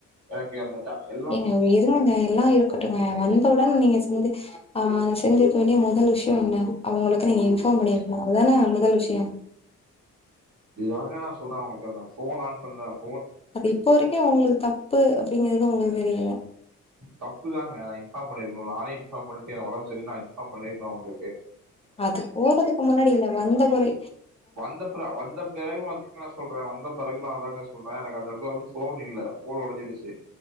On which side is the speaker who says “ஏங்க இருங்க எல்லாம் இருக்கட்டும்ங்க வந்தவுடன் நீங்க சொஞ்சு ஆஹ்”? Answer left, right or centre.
Left